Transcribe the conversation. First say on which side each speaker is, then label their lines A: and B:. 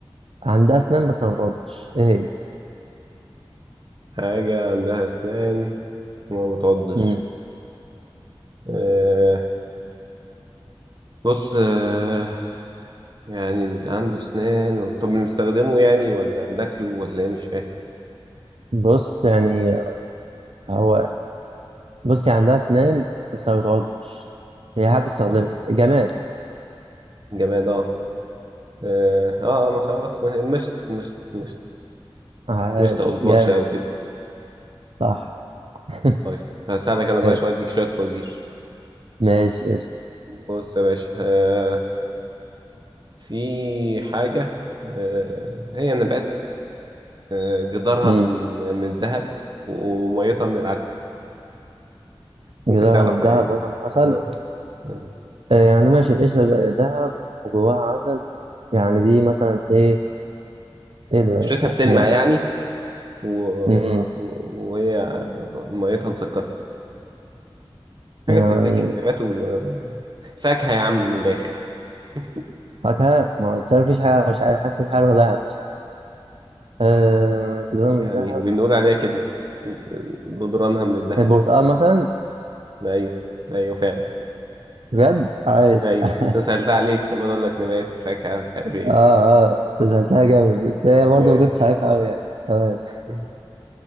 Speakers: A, on the right; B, on the right.
A: عندها اسنان بس ما بتعضش ايه هي
B: حاجة عندها أسنان وما بتعضش
A: مم.
B: آه بص آه يعني اللي عنده أسنان طب بنستخدمه يعني ولا بناكله ولا إيه مش فاهم
A: بص يعني هو بصي عندها اسنان بس ما بتعضش هي حابة تستخدمها
B: آه
A: جمال
B: جماد آه آه آه ما خلاص ما هي المشط المشط المشط
A: عاش
B: المشط أو الفرشة
A: جامد
B: أو كده
A: صح <laughs>
B: طيب هساعدك أنا بقى شوية
A: طيب
B: أديك شوية فوازير
A: ماشي قشطة
B: بص يا باشا آه في حاجة آه هي نبات آه جدارها
A: مم.
B: من من الذهب وميتها من العسل ممكن
A: جدارها
B: تعرفها
A: من دهب
B: يعني
A: وينها من عسل
B: آه. آه.
A: آه يعني ماشي القشرة ده- دهب وجواها عسل يعني دي مثلا ايه ايه ده
B: اشتريتها بتلمع
A: لا.
B: يعني و...
A: مم.
B: و... وهي ميتها مسكرة حاجة
A: يعني
B: بتتاكل نبات و... فاكهة يا عم من الآخر <laughs>
A: فاكهة ما هو أصل أنا مفيش حاجة مش عارف حاسس إن في حاجة لونها دهب مش عارف آه جدارها
B: يعني
A: من دهب
B: بنقول عليها كده آه، جدرانها من الذهب
A: البرتقال مثلا
B: أيوه أيوه فعلا
A: بجد عايش
B: أيوه
A: <laughs>
B: بس أنا سألت عليك كمان أقول لك نبات فاكهة مش عارف إيه
A: اه اه انت سألتها جامد بس هي
B: ماشي
A: برضه ما كنتش عارفها قوي يعني تمام
B: <laughs>